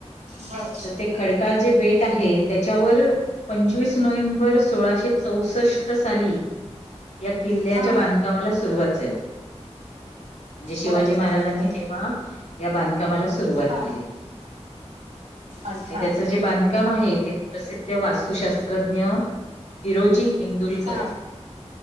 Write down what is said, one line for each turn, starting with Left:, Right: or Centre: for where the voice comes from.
Right: बर.
Left: तर ते खडकार जे बेट आहे त्याच्यावर पंचवीस नोव्हेंबर सोळाशे चौसष्ट साली या किल्ल्याच्या
Right: हां.
Left: बांधकामाला सुरुवात झाली म्हणजे शिवाजी
Right: बर.
Left: महाराजांनी
Right: बर.
Left: तेव्हा या बांधकामाला सुरुवात
Right: हां.
Left: केली ती
Right: अच्छा.
Left: आणि त्याचं जे बांधकाम आहे ते प्रसिद्ध वास्तुशास्त्रज्ञ हिरोजी इंदुलकर
Right: हा,